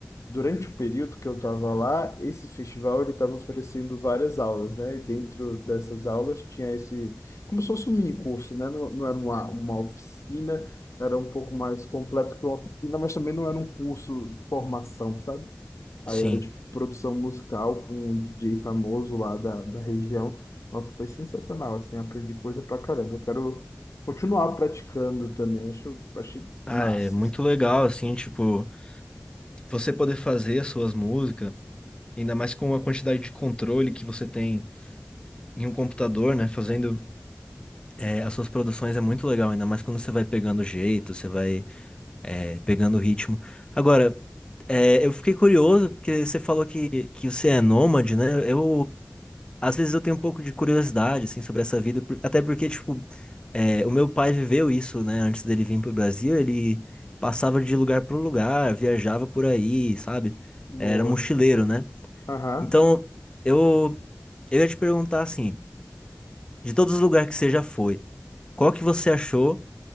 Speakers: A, on the left; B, on the left.
A: durante o período que eu estava lá, esse festival ele estava oferecendo várias aulas, né? E dentro dessas aulas tinha esse, como se fosse um mini curso, né? Não, não era uma, uma oficina, era um pouco mais completo que uma oficina, mas também não era um curso de formação, sabe? Aí
B: Sim.
A: era de produção musical com um DJ famoso lá da, da região. Nossa, foi sensacional, assim, aprendi coisa pra caramba. Eu quero continuar praticando também, acho, achei
B: Ah,
A: massa,
B: é muito
A: assim.
B: legal, assim, tipo, você poder fazer as suas músicas, ainda mais com a quantidade de controle que você tem em um computador, né? Fazendo eh, as suas produções é muito legal, ainda mais quando você vai pegando o jeito, você vai eh, pegando o ritmo. Agora, eh, eu fiquei curioso, porque você falou que, que você é nômade, né? Eu às vezes eu tenho um pouco de curiosidade, assim, sobre essa vida, por- até porque, tipo, é, o meu pai viveu isso, né, antes dele vir pro Brasil, ele passava de lugar pro lugar, viajava por aí, sabe?
A: Boa.
B: Era mochileiro, né?
A: Aham.
B: Então, eu, eu ia te perguntar, assim, de todos os lugares que você já foi, qual que você achou